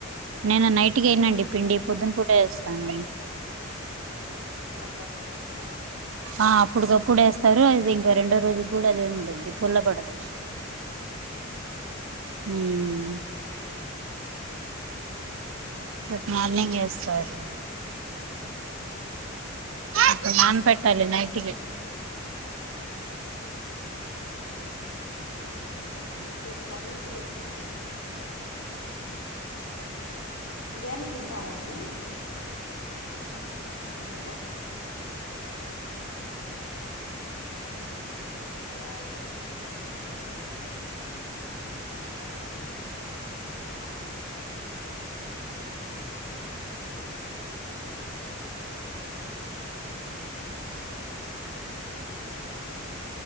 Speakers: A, on the right; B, on the left.
A: నేను నైట్కి
B: పొద్దున్న
A: ఏయినండి పిండి పొద్దున పూట ఏస్తాను
B: ఆ పొద్దున పెట్టేసుకొని అప్పుదప్పుడు తింటారా
A: ఆ అప్పుడిదప్పుడు ఏస్తారు అది ఇంక రెండో రోజు కూడా అదే ఉండింది పుల్ల పడదు
B: ఉహు
A: మ్మ్ రేపు మార్నింగ్ వేస్తారు
B: హు
A: ఇప్పు నాన్బెట్టాలి నైట్కి
B: ఆ ఏం దోశ ఎస్తారు ఇడ్లీ ఎస్తారండి బిర్యానీ తింటారా అండి హలో హలో కట్కర దాజ సఖా సఖాయ రదానా